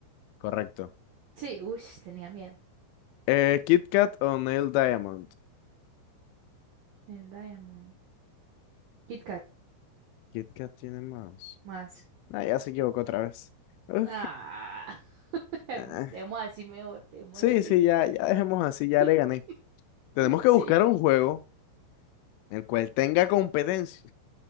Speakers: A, on the left (about 85°); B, on the right (about 80°).
A: correcto.
B: Sí, uy, tenía miedo.
A: Eh, Kit Kat o Neil Diamond.
B: El Diamond. Kit Kat,
A: Kit Kat tiene más.
B: más.
A: Ah, ya se equivocó otra vez. Ok.
B: Ah, <laughs>
A: Ah,
B: demos así mejor, demos
A: Sí,
B: así.
A: sí, ya, ya dejemos así, ya
B: <laughs>
A: le gané. Tenemos que
B: Sí.
A: buscar un juego en el cual tenga competencia.